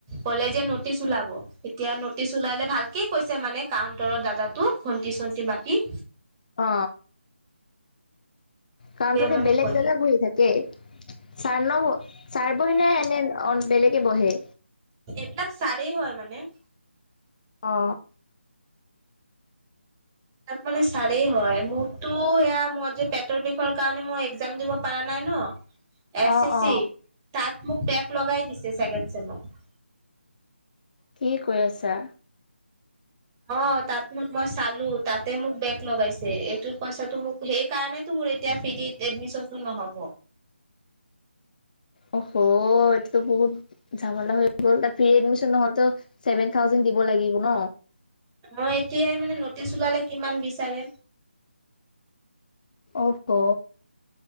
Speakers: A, on the right; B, on the left.
A: কলে যে নটিচ ওলাব এতিয়া নটিচ ওলালে ভালকে কৈছে মানে কাউণ্টাৰৰ দাদাটো ভন্তি চন্তি মাটি
B: অ কাউন্টাৰত
A: তে মানে
B: বেলেগ
A: ক'লে
B: দাদা বহি থাকে ছাৰ ন ছাৰ বহি নে এনে অ বেলেগে বহে
A: এইবিলাক ছাৰেই হয় মানে
B: অ
A: তাক মানে ছাৰেই হয় মোকতো এয়া মই যে পেটৰ বিষৰ কাৰণে মই একজাম দিব পাৰা নাই ন এ
B: অ',
A: চি
B: অ'।
A: চি তাত মোক বেগ লগাই দিছে ছেকেণ্ড চেমত
B: কি কৈ আছা
A: অ তাত মোক মই চালো তাতে মোক বেগ লগাইছে এইটোত পইচাটো মোক সেইকাৰণে মোৰ এতিয়া ফ্ৰীত এডমিশনটো নহ'ব
B: অ হঅ এইটোত বহুত চাবলে হৈ গ'ল তাত ফ্ৰি এডমিচন নহলে ত ছেভেন থাউজেন দিব লাগিব ন
A: মই এতিয়াই মানে নটিচ ওলালে কিমান বিচাৰে
B: অ হঅ